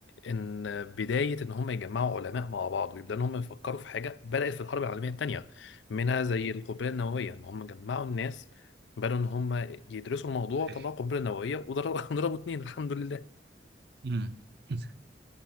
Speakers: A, on the left; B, on the right.
A: ان آه، بدايه ان هم يجمعوا علماء مع بعض ويبداوا ان هم يفكروا في حاجه بدات في الحرب العالميه الثانيه منها زي القنبله النوويه ان هم جمعوا الناس بدأوا ان هم يدرسوا الموضوع وطلعوا
B: صحيح
A: قنبله نوويه وضربوا <laughs> ضربوا اتنين الحمد لله
B: مم. <laughs>